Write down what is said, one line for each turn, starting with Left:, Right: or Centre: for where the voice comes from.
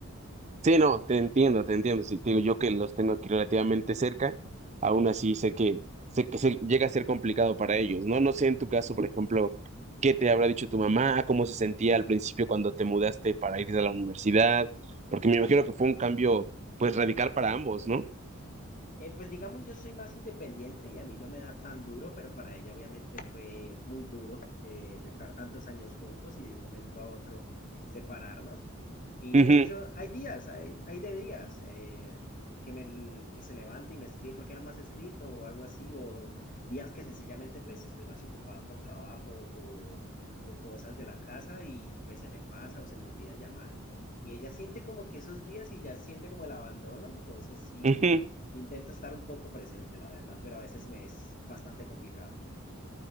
Right: Sí, no, te entiendo, te entiendo. Sí, te digo yo que los tengo aquí relativamente cerca, aún así sé que sé que se, llega a ser complicado para ellos, ¿no? No sé en tu caso, por ejemplo, qué te habrá dicho tu mamá, cómo se sentía al principio cuando te mudaste para ir a la universidad, porque me imagino que fue un cambio pues radical para ambos, ¿no?
Left: Eh, pues digamos, yo soy más independiente y a mí no me da tan duro, pero para ella obviamente fue muy duro eh, el estar tantos años juntos y de un momento a otro separarnos. Y
Right: Ujú,
Left: de hecho, hay días, hay, hay de días eh, que, me, que se levanta y me escribe, ¿por qué no me has escrito? O algo así, o días que sencillamente pues estoy más ocupado con trabajo o, o cosas de la casa y pues se me pasa o se me olvida llamar. Y ella siente como que esos días y ya siente como el abandono, entonces sí
Right: ujú.
Left: intento estar un poco presente, la verdad, pero a veces me es bastante complicado.